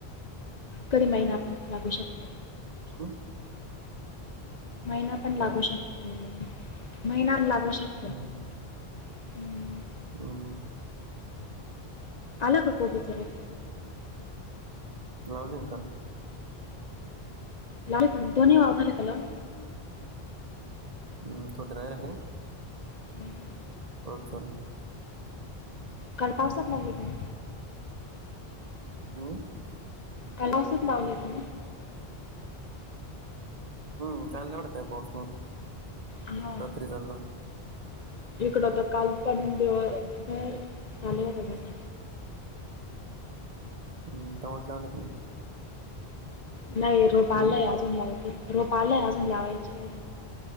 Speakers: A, on the left; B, on the right.
A: कधी महिना पण लागू शकतो
B: सोडून
A: महिना पण लागू
B: काय
A: शकतो महिना लागू शकतो
B: हम्
A: हम्म.
B: हम
A: आला का कोबीज होत
B: लावली ना काल
A: लाव पण दोन्ही वाव झाले का लाऊन
B: हम्म कुत्रय ते
A: हम्म.
B: <inaudible>
A: काल पावसात लावलय का मग
B: हो
A: काल पावसात लावलेल
B: हम् चाललय वाढतं पाऊस <inaudible>
A: होव
B: रात्री चालू झाला
A: इकड तर काल पण दिवसभर झाल होता जास्त
B: हम् तवाच लावलंय त्यांनी
A: नाही रोप आलय
B: हम्म?
A: अजून लावतिल रोप आलय अजून लावायचे